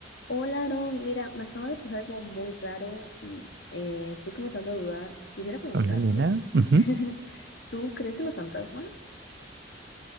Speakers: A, on the left (about 70°); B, on the right (about 65°).
A: Hola, Aaron. Mira, me acaba de pasar algo muy raro y eh, estoy comenzando a dudar. Quisiera preguntarte,
B: Hola, Nina, Ujú.
A: <laughs> ¿tú crees en los fantasmas?